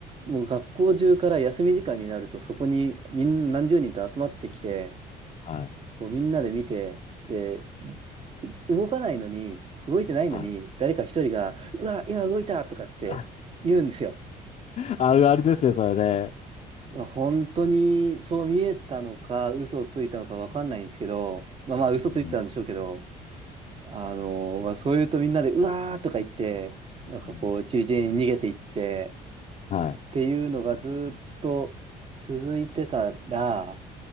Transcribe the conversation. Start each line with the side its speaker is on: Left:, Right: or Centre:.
Right: もう学校中から休み時間になるとそこにみん何十人と集まってきて、
Left: はい。
Right: こうみんなで見て、で、動かないのに、動いてないのに、
Left: はい。
Right: 誰か一人が、うわ、今動いたとかって言うんですよ。
Left: <laughs> あるあるですね、それね。
Right: まあ本当にそう見えたのか、嘘をついたのかわかんないんですけど、まあまあ嘘ついてたんでしょうけど、
Left: うん。
Right: あのまあそう言うとみんなで、うわーとか言って、なんかこう、
Left: うん。
Right: ちりぢりに逃げていって、
Left: はい。
Right: ていうのがずっと続いてたら、